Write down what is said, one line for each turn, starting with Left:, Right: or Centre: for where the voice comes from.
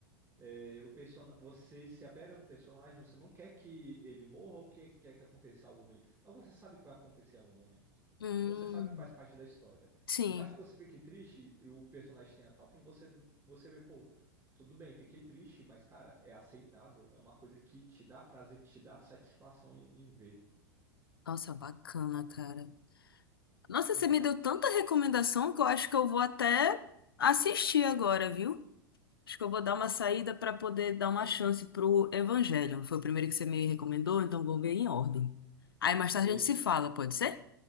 Right: é, o person... você se apega no personagem, você não quer que ele morra ou que quer que aconteça algo ruim, mas você sabe que vai acontecer em algum momento.
Left: Hum,
Right: E você sabe que faz parte da história.
Left: sim.
Right: Por mais que você fique triste e o personagem tenha tal fim, você, você vê, pô, tudo bem, fiquei triste, mas, cara, é aceitável. É uma coisa que te dá prazer, que te dá satisfação em, em ver.
Left: Nossa, bacana, cara. Nossa,
Right: Hum,
Left: você me deu tanta recomendação que eu acho que eu vou até assistir agora, viu? Acho que eu vou dar uma saída para poder dar uma chance pro Evangelho. Foi o primeiro que você me recomendou, então vou ver em ordem. Aí mais
Right: veja.
Left: tarde a gente se fala, pode ser?